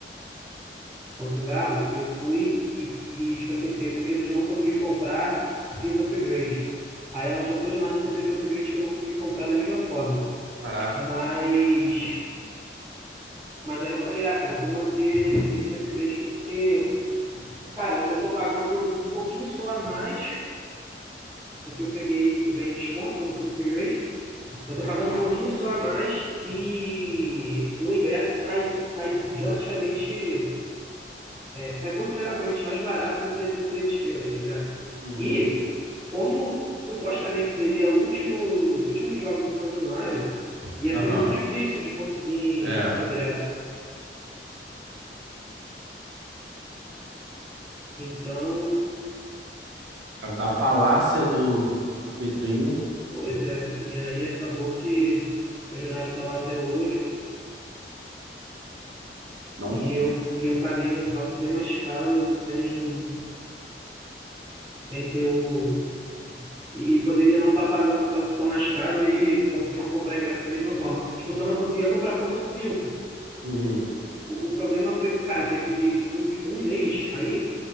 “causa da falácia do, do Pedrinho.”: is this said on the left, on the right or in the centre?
Right